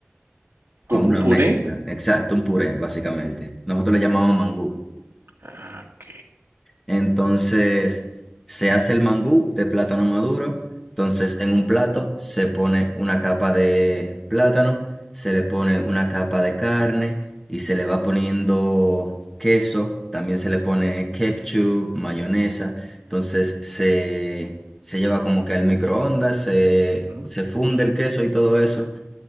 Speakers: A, in the centre; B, on the right.
A: como
B: como un
A: una
B: puré.
A: mezcla. Exacto, un puré, básicamente. Nosotros le llamamos mangú.
B: Ah, ok.
A: Entonces se hace el mangú de plátano maduro. Entonces en un plato se pone una capa de plátano, se le pone una capa de carne y se le va poniendo queso. También se le pone ketchup, mayonesa. Entonces se, se lleva como que al microondas, se,
B: Ujú.
A: se funde el queso y todo eso.